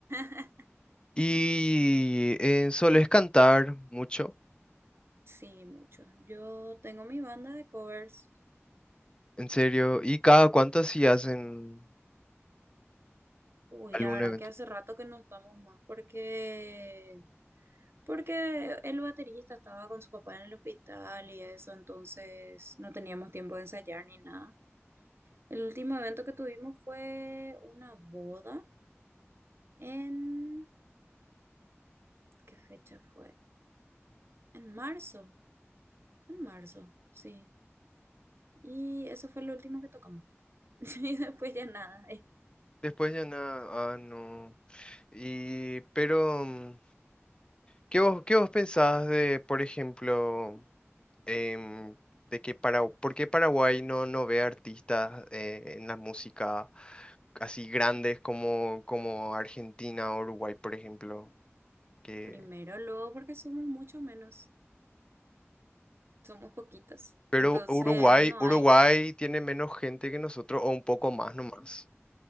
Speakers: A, on the right; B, on the left.
A: <laughs>
B: Y eh, solés cantar mucho,
A: Sí, mucho. Yo tengo mi banda de covers.
B: en serio. ¿Y cada cuánto si hacen
A: Uy,
B: algún
A: la verdad
B: evento?
A: que hace rato que no estamos más porque porque el baterista estaba con su papá en el hospital y eso, entonces no teníamos tiempo de ensayar ni nada. El último evento que tuvimos fue una boda en ¿qué fecha fue? En marzo, en marzo, sí. Y eso fue lo último que tocamos. <laughs> Y después ya nada. eh.
B: Después ya nada, ah, no. Y, pero, mm, ¿qué vos, qué vos pensás de, por ejemplo, em, de que para, ¿por qué Paraguay no, no ve artistas eh, en la música así grandes como, como Argentina o Uruguay, por ejemplo? Que,
A: Primero, luego, porque somos mucho menos, somos poquitas.
B: Pero
A: Entonces,
B: Uruguay,
A: no
B: Uruguay
A: hay,
B: tiene menos gente que nosotros, o un poco más nomás.